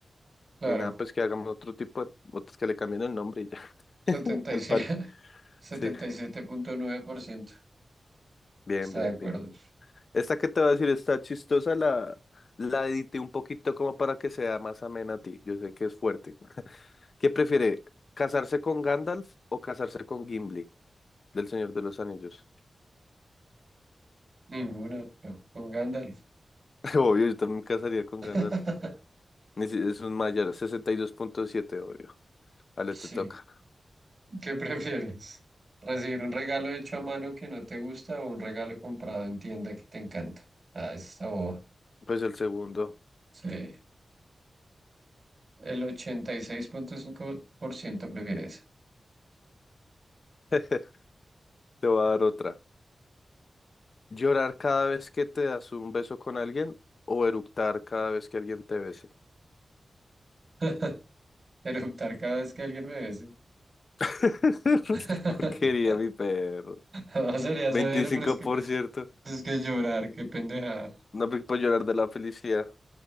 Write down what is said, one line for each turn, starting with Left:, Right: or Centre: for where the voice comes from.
Right: Claro.
Left: Y nada, pues que hagamos otro tipo de, otros que le cambien el nombre y ya,
Right: setenta
Left: <laughs> al
Right: setenta y y siete
Left: parque.
Right: <laughs> setenta
Left: Sí,
Right: y siete punto nueve por ciento
Left: bien,
Right: está
Left: bien,
Right: de acuerdo.
Left: bien. Esta que te voy a decir está chistosa, la, la edité un poquito como para que sea más amena a ti. Yo sé que es fuerte. ¿Qué prefiere, casarse con Gandalf o casarse con Gimli, del Señor de los Anillos?
Right: Ninguna, pero con Gandalf.
Left: <laughs> Obvio, yo también me casaría con
Right: <laughs>
Left: Gandalf. Ni si- Es un mayor, 62.7, obvio. Ale, te
Right: Sí.
Left: toca.
Right: ¿Qué prefieres? ¿Recibir un regalo hecho a mano que no te gusta o un regalo comprado en tienda que te encanta? Ah, esa está boba.
Left: Pues el segundo.
Right: Sí. El ochenta y seis punto cinco por ciento prefiere eso.
Left: <laughs> Te voy a dar otra. ¿Llorar cada vez que te das un beso con alguien o eructar cada vez que alguien te bese?
Right: <laughs> Eruptar cada vez que alguien me bese.
Left: <laughs>
Right: <laughs>
Left: Qué Porquería, mi perro.
Right: No sería
Left: 25%.
Right: severo, pero es que, es que llorar, qué pendejada.
Left: No me puedo llorar de la felicidad.